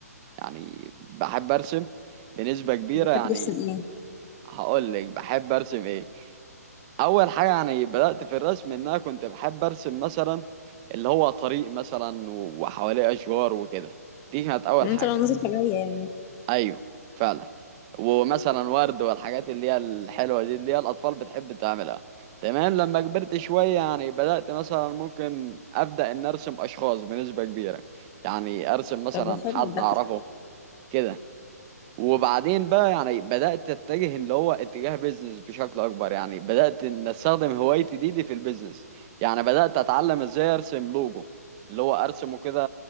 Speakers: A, on the right (about 25°); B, on the left (about 25°).
A: يعني بحب أرسم بنسبة كبيرة
B: بتحب
A: يعني
B: ترسم ايه
A: هقول لك بحب أرسم إيه اول حاجه يعني بدات في الرسم ان انا كنت بحب ارسم مثلا اللي هو طريق مثلا و- وحواليه اشجار وكده دي كانت اول
B: انت
A: حاجه
B: لو نظرت طبيعية يعني
A: ايوه فعلا ومثلا ورد والحاجات اللي هي الحلوه دي اللي هي الاطفال بتحب تعملها تمام لما كبرت شويه يعني بدات مثلا ممكن ابدا ان ارسم اشخاص بنسبه كبيره يعني ارسم مثلا
B: طب حلو
A: حد
B: ده
A: اعرفه كده وبعدين بقى يعني بدأت اتجه اللي هو اتجاه بيزنس بشكل اكبر يعني بدأت ان استخدم هوايتي دي دي في البيزنس يعني بدأت اتعلم ازاي ارسم لوجو اللي هو ارسمه كده